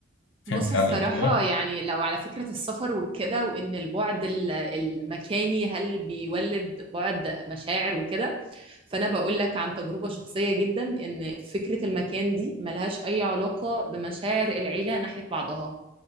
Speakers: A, on the left (about 65°); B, on the right (about 25°).
A: فهمت
B: بص الصراحة
A: علي كيف؟
B: يعني لو على فكرة السفر وكده وإن البعد ال- المكاني هل بيولد بعد مشاعر وكده فأنا بقول لك عن تجربة شخصية جدا إن فكرة المكان دي ملهاش أي علاقة بمشاعر العيلة ناحية بعضها